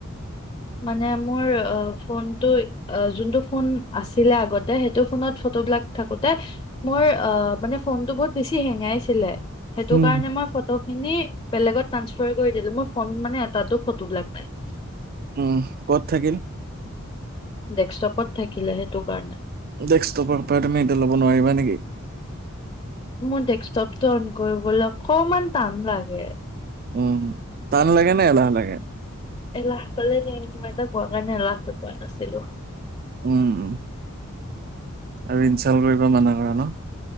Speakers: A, on the left (about 25°); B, on the right (about 45°).
A: মানে মোৰ অ ফোনটো যোনটো ফোন আছিলে আগতে সেইটো ফোনত ফটোবিলাক থাকোতে, মোৰ অ মানে ফোনটো বহুত বেছি হেঙাইছিলে। সেইটো
B: উম
A: কাৰণে মই ফটো খিনি বেলেগত টান্সফাৰ কৰি দিলো মোৰ ফন মানে তাতো ফটোবিলাক নাই।
B: উম ক'ত থাকিল?
A: ডেক্সটপত থাকিলে সেইটো কাৰণে।
B: ডেস্কটপৰ পৰা তুমি এইটো ল'ব নোৱাৰিবা নেকি?
A: মোৰ ডেস্ক টপটো অন কৰিবলৈ অকমান টান লাগে।
B: উম টান লাগে ন এলাহ লাগে?
A: এলাহ কলে ন ম এটা কোৱা কাৰণে এলাহ পোৱা নাছিলো।
B: উম উম আৰু ইনচাল কৰিব মানা কৰা ন।